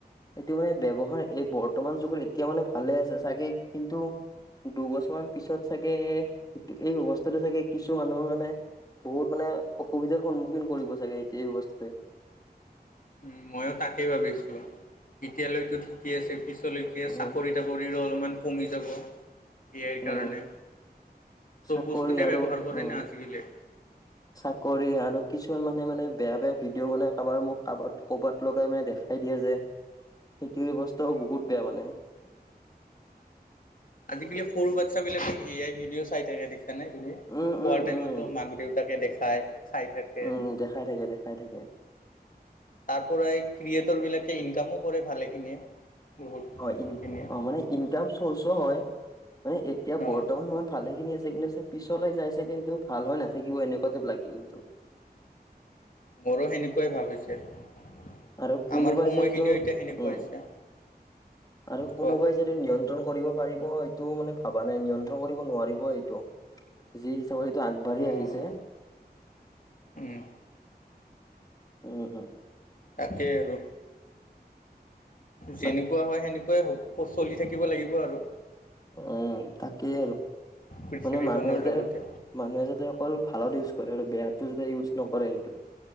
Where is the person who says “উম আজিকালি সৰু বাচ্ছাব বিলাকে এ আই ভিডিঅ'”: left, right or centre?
Left